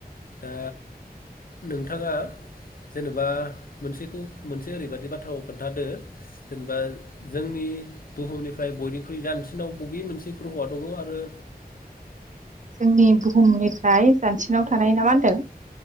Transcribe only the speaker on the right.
जोंनि बुहुमनिफ्राय जानसिनाव थानाय ना मा होनदों?